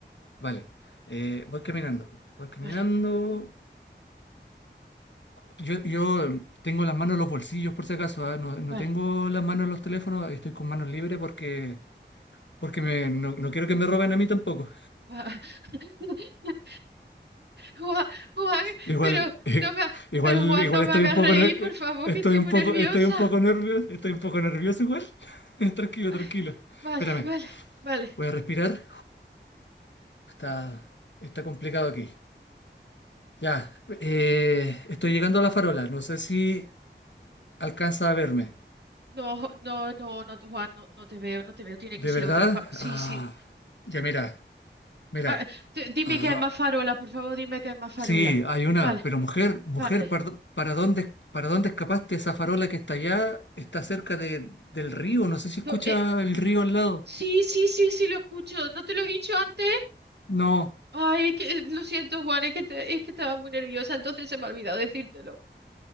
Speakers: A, on the left; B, on the right.
A: Vale. Eh, voy caminando, voy caminando.
B: Vale,
A: Yo, yo tengo las manos en los bolsillos por si acaso, ¿ah? No, no
B: vale.
A: tengo las manos en los teléfonos, estoy con manos libres porque, porque me- no, no quiero que me roben a mí tampoco.
B: Ah, <laughs> Juan, Juan,
A: Igual,
B: pero
A: <laughs> eh,
B: no me, ha-
A: igual,
B: pero Juan,
A: igual
B: no
A: estoy
B: me hagas
A: un poco,
B: reír,
A: ner-
B: por
A: eh,
B: favor,
A: estoy
B: que estoy
A: un
B: muy
A: poco,
B: nerviosa.
A: estoy un poco nervioso, estoy un poco nervioso igual. <laughs> Tranquilo,
B: Ay,
A: tranquilo.
B: vale,
A: Espérame,
B: vale, vale.
A: voy a respirar. Está, está complicado aquí. Ya, eh, estoy llegando a la farola. No sé si alcanza a verme.
B: No, no, no, no, Juan, no, no te veo, no te veo. Tiene
A: ¿De
B: que ser
A: verdad?
B: otra fa- Sí,
A: Ah,
B: sí.
A: ya mira, mira.
B: Ah, te- dime
A: Ah,
B: que hay más farola, por favor, dime que hay más farola.
A: Sí, hay una,
B: Vale,
A: pero mujer, mujer,
B: vale.
A: par- ¿para dónde, para dónde escapaste? Esa farola que está allá está cerca de, del río, no sé si
B: No,
A: escucha
B: eh,
A: el río al lado.
B: sí, sí, sí, sí, lo escucho. ¿No te lo he dicho antes?
A: No,
B: Ay, es que, eh, lo siento, Juan, es que, te- es que estaba muy nerviosa, entonces se me ha olvidado decírtelo.